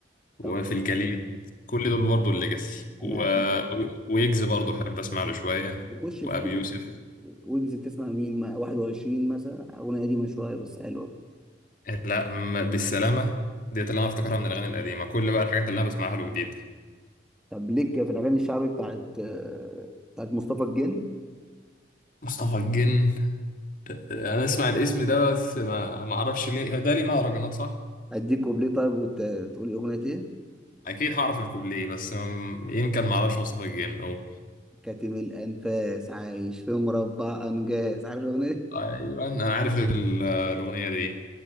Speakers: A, on the left; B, in the centre.
A: وفي
B: طب
A: الجليد كل دول برضو الليجاسي و...
B: انا
A: ويجز برضو بحب اسمع له شوية
B: بخش
A: وابي
B: في ويجز
A: يوسف
B: ويجز بتسمع مين ما 21 مثلا اغنيه قديمه شويه بس حلوه
A: لا م- بالسلامة ديت اللي انا افتكرها من الاغاني القديمة كل بقى الحاجات اللي انا بسمعها له جديدة
B: طب ليك في الاغاني الشعبي بتاعت آه، بتاعت مصطفى الجن
A: مصطفى الجن انا اسمع الاسم ده بس ما ما اعرفش ليه ده ليه مهرجانات صح
B: اديك كوبليه طيب وتقول اغنيه ايه
A: اكيد هعرف الكوبليه بس م- يمكن ما اعرفش مصطفى الجن او
B: كاتم الانفاس عايش في مربع انجاز عارف الاغنيه دي
A: ايوه انا عارف ال- الاغنية دي